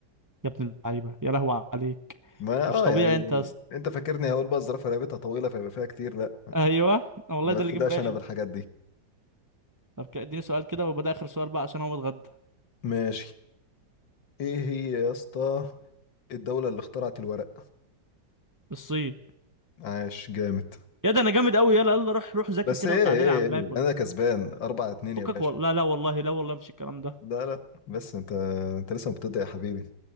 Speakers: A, on the right; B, on the left.
A: يا ابن اللعيبه يا لهو عليك
B: ما
A: مش
B: اه
A: طبيعي
B: يعني
A: انت يا اسطى
B: انت فاكرني هقول بقى الزرافه رقبتها طويله فيبقى فيها كتير لا
A: ايوه والله
B: ما
A: ده
B: بتخدعش
A: اللي جه في بالي
B: انا بالحاجات دي
A: طب ك- اديني سؤال كده ويبقى ده اخر سؤال بقى عشان هو متغدى
B: ماشي ايه هي يا اسطى الدولة اللي اخترعت الورق
A: الصين
B: عاش جامد
A: يا ده انا جامد قوي يلا يلا روح روح ذاكر
B: بس
A: كده
B: ايه
A: وتعالى
B: ايه,
A: لي عم
B: إيه.
A: اكل
B: انا كسبان اربعة اتنين
A: فكك
B: يا باشا
A: والله لا لا والله لا والله مش الكلام ده
B: لا لا بس انت انت لسه مبتدئ يا حبيبي